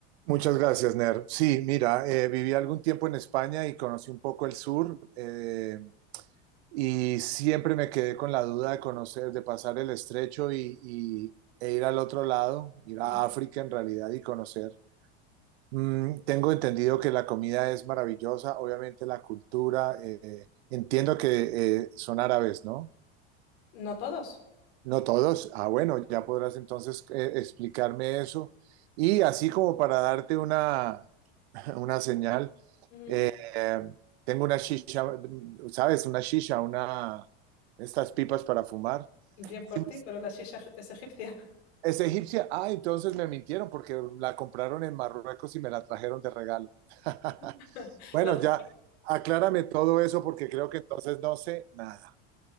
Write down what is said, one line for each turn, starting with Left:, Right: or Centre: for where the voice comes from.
Right: Muchas gracias, Ner. Sí, mira, eh, viví algún tiempo en España y conocí un poco el sur eh, y siempre me quedé con la duda de conocer, de pasar el estrecho y, y- e ir al otro lado, ir
Left: Ujú.
Right: a África en realidad y conocer. Mm, tengo entendido que la comida es maravillosa, obviamente la cultura, eh, entiendo que eh, son árabes, ¿no?
Left: No todos.
Right: No todos. Ah, bueno, ya podrás entonces eh, explicarme eso. Y así como para darte una <laughs> una señal.
Left: Ujú.
Right: Eh, tengo una shisha, ¿sabes? Una shisha, una, estas pipas para fumar.
Left: Bien por
Right: Sí,
Left: ti, pero la shisha es egipcia.
Right: es egipcia. Ah, entonces me mintieron porque la compraron en Marruecos y me la trajeron de regalo. <laughs>
Left: <laughs>
Right: Bueno,
Left: Las-
Right: ya, aclárame todo eso porque creo que entonces no sé nada.